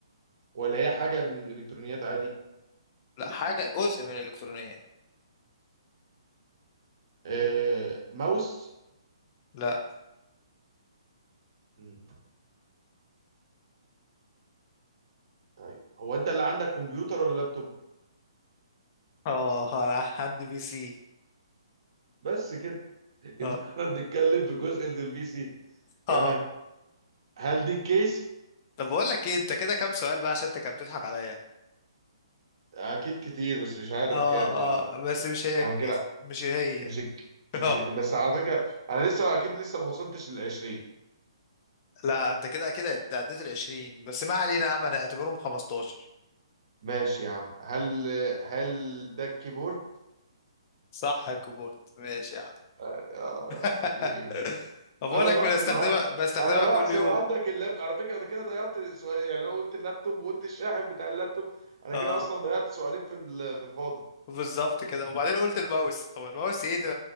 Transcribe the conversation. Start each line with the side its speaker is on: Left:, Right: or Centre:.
Right: ولا هي حاجة من الإلكترونيات عادي
Left: لا حاجة جزء من الإلكترونية
Right: آه... ماوس
Left: لا
Right: مم. طيب هو أنت اللي عندك كمبيوتر ولا لابتوب
Left: اه لا، عندي بي سي
Right: بس كده <laughs>
Left: اه
Right: يبقى احنا بنتكلم في جزء من البي سي تمام
Left: اه
Right: هل دي الكيس؟
Left: طب بقول لك ايه انت كده كام سؤال بقى عشان انت كده بتضحك عليا
Right: أكيد كتير بس مش عارف
Left: اه
Right: كام والله
Left: اه بس مش هي
Right: أنا
Left: الكيس
Right: كده
Left: مش هي
Right: مش
Left: <laughs>
Right: مش بس على فكرة أنا لسه أكيد لسه ما وصلتش لل 20
Left: لا انت كده كده عد- عديت ال 20 بس ما علينا يا عم انا اعتبرهم 15
Right: ماشي يا عم هل هل ده الكيبورد
Left: صح الكيبورد ماشي يا عم
Right: آه،
Left: <laughs>
Right: إيه.
Left: ما بقول
Right: انا
Left: لك
Right: بحسب
Left: بستخدمها
Right: ع...
Left: بستخدمها
Right: انا
Left: كل
Right: بحسب
Left: يوم
Right: عندك اللاب على فكره أنا كده ضيعت سؤال يعني انا قلت اللابتوب وقلت الشاحن بتاع اللابتوب انا
Left: اه
Right: كده اصلا ضيعت سؤالين في ال- في الفاضي
Left: بالظبط كده وبعدين قلت الماوس طب الماوس ايه ده